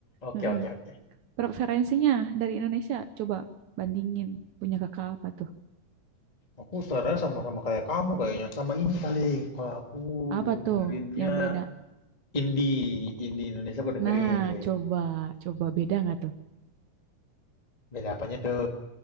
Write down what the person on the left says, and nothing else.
oke
oke oke
aku saran sama-sama kayak kamu kayaknya sama ini paling kalau aku
dengerinnya
Indie, indie Indonesia aku dengerin.
Beda apanya tuh?